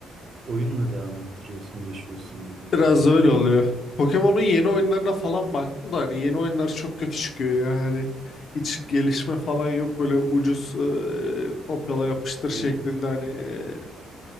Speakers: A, on the right; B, on the left.
A: Oyunla devam ettiriyorsun, yaşıyorsun gibi
B: Biraz
A: böyle.
B: öyle oluyor. Pokemon'un yeni oyunlarına falan baktım da hani yeni oyunlar çok kötü çıkıyor ya. Hani hiç gelişme falan yok böyle ucuz e, kopyala yapıştır şeklinde
A: Evet.
B: hani e,